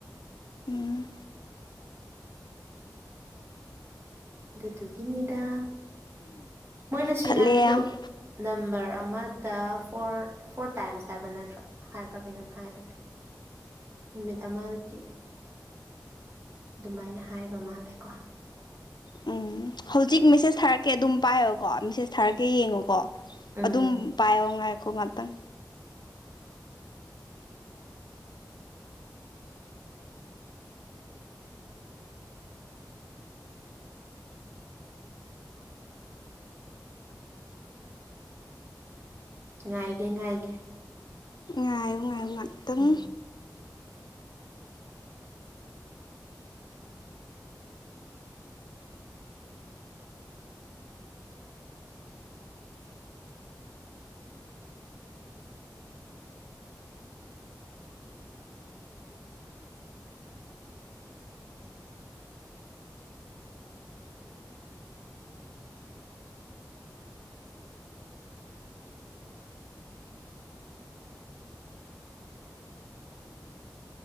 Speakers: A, on the left; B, on the right.
A: ꯎꯝ
B: ꯑꯗꯨꯗꯗꯨꯒꯤꯅꯤꯗꯥ ꯃꯣꯏꯅ ꯁꯤ
A: ꯈꯠꯂꯦ
B: ꯍꯥꯏꯕꯗꯣ
A: ꯑꯝ
B: ꯅꯝꯕꯔ ꯑꯃ ꯗ ꯐꯣꯔ ꯐꯣꯔ ꯇꯥꯏꯝꯁ ꯍꯥꯏꯕ ꯅꯠꯇ꯭ꯔꯣ ꯍꯥꯏꯕ꯭ꯔꯥ ꯀꯩꯅꯣꯝ ꯍꯥꯏꯕ ꯅꯨꯃꯤꯠ ꯑꯃꯗꯒꯤ ꯑꯗꯨꯃꯥꯏꯅ ꯍꯥꯏꯕ ꯃꯥꯜꯂꯦꯀꯣ <unintelligible>
A: ꯎꯝ
B: <inaudible>
A: ꯍꯧꯖꯤꯛ ꯃꯦꯁꯦꯁ ꯊꯥꯔꯛꯀꯦ ꯑꯗꯨꯝ ꯄꯥꯏꯌꯣꯀꯣ ꯃꯦꯁꯦꯁ ꯊꯥꯔꯛꯀꯦ ꯌꯦꯡꯉꯣꯀꯣ
B: ꯎꯝ
A: ꯑꯗꯨꯝ ꯄꯥꯏꯌꯣ ꯉꯥꯏꯈꯣ ꯉꯥꯛꯇꯪ
B: ꯉꯥꯏꯒꯦ ꯉꯥꯏꯒꯦ
A: ꯉꯥꯏꯌꯨ ꯉꯥꯏꯌꯨ ꯉꯥꯛꯇꯪ
B: ꯎꯝ